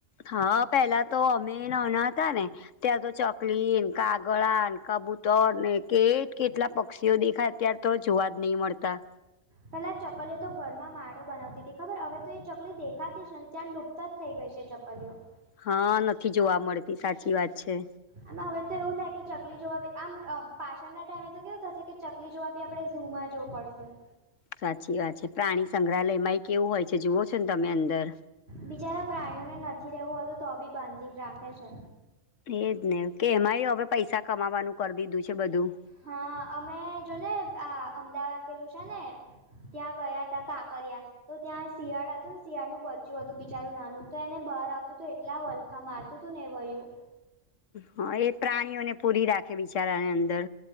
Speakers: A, on the left; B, on the right.
A: હા પેલા તો અમે નાના હતા ને ત્યાં તો ચકલી કાગળા કબૂતર ને કેટ કેટલા પક્ષીઓ દેખાય તાર તો જોવા જ નહીં મળતા
B: પેલા ચકલી તો ઘરમાં માળો બનાવતી હતી ખબર હવે તો એ ચકલી દેખાતી જ નથી જ્યા ડૂબતા થઈ ગઈ છે ચકલીઓ
A: હા નથી જોવા મળતી સાચી વાત છે
B: આમ હવે તો એવું થાય કે ચકલી જોવા બી આમ અ પાછળના ટાઈમે તો કેવું થશે કે ચકલી જોવા બી આપણે ઝૂમ જ જવું પડશે
A: સાચી વાત છે પ્રાણી સંગ્રહાલયમાં એક કેવું હોય છે જુઓ છો ને તમે અંદર
B: બિચારા પ્રાણીઓને નથી રહેવું હતું તો બી બાધીને રાખે છે
A: એજ ને કે એમાંય હવે પૈસા કમાવાનું કરી દીધું છે બધું
B: હા અમે જો ને આ અમદાવાદ પેલું છે ને ત્યાં ગયા તા કાંકરિયા તો ત્યાં શિયાળ હતું ને શિયાળ નું બચું હતું બિચારું નાનું તો એને બહાર આવતું તો એટલા હ હા મારતું હતું નેંવાયું
A: હા એ પ્રાણીઓને પૂરી રાખે બિચારાની અંદર